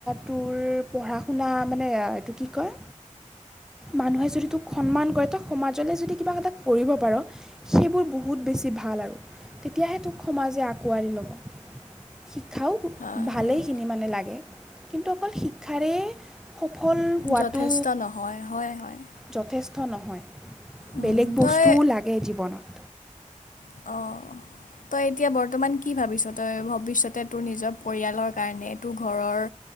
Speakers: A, in the centre; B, on the left.
A: তোৰ পঢ়া শুনা মানে এইটো কি কয় মানুহে যদি তোক সন্মান কৰে, তই সমাজলে যদি কিবা এটা কৰিব পাৰ। সেইবোৰ বহুত বেছি ভাল আৰু, তেতিয়াহে তোক সমাজে আঁকোৱালি ল'ব। শিক্ষাও
B: হয়,
A: ভালেইখিনি
B: হয়,
A: মানে লাগে, কিন্তু অকল শিক্ষাৰে সফল হোৱাটো
B: যথেষ্ট নহয়, হয়, হয়।
A: যথেষ্ট নহয়,
B: উম,
A: বেলেগ
B: তই
A: বস্তুও লাগে জীৱনত।
B: অঁ। তই এতিয়া বৰ্তমান কি ভাবিছ, তই ভৱিষ্যতে তোৰ নিজৰ পৰিয়ালৰ কাৰণে তোৰ ঘৰৰ।